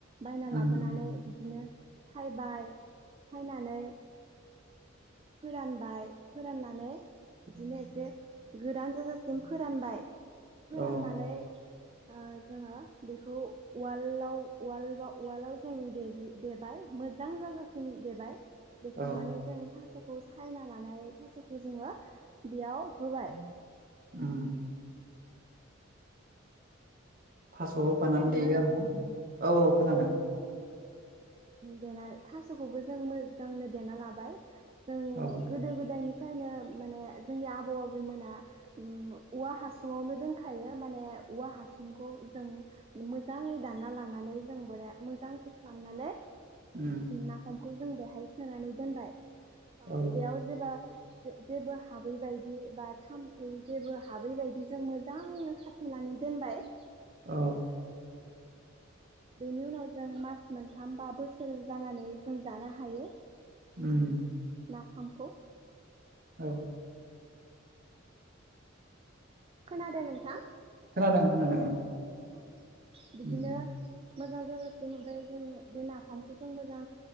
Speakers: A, on the right; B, on the right.
A: बायना लाबोनानै
B: उम
A: बिदिनो सायबाय सायनानै। फोरानबाय फोराननानै‌ बिदिनो एसे गोरान जाजा। सिम फोरानबाय। फोराननानै
B: औ
A: ओ जोङो- बेखौ वालदाव वार्डब वाराल्डआव जों दे देबाय मोजां जाजासिम देबाय। देखांनानै
B: औ
A: जों थास थास'खौ सायना लानाय थास'खौ जोङो बेयाव होबाय।
B: उमह थास'वाव
A: खोनादोंना
B: बानानै देयो आरो ना। औ औ खोनादों।
A: देनानै थास'खौबो जों मोजांनो देना लाबाय। जों
B: औ
A: गोदो गोदायनि ओमफायनो माने जोंनि आबौ आबैमोना उम औवा हासुङावनो दोनखायो माने औवा हासुंखौ जों मोजाङै दानना लानानै जों बोरा मोजांसो खालामनानै
B: उम
A: नाफाम खौ जों बेहाय सोनानै दोनबाय ओ
B: औ
A: बेआव जेला ज जेबो हाबै बायदि बा थाम्फै जेबो हाबै बायदि जों मोजांनो खाथेनानै दोनबाय
B: औ
A: बेनि उनाव जों मास मोनथाम बा बोसोर जानानै जों जानो हायो
B: उम
A: नाफामखौ।
B: <inaudible>
A: खोनादों नोंथां?
B: खोनादों खोनादों ओं।
A: औ बिदिनो
B: उम
A: मोजां <unintelligible> ओमफ्राय जों बे नाफामखौ जों मोजां